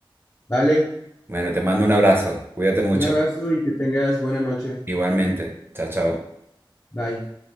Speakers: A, on the left (about 30°); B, on the right (about 25°).
A: Vale,
B: Bueno, te mando un abrazo. Cuídate mucho.
A: un abrazo y que tengas buena noche.
B: Igualmente. Chao, chao.
A: Bye.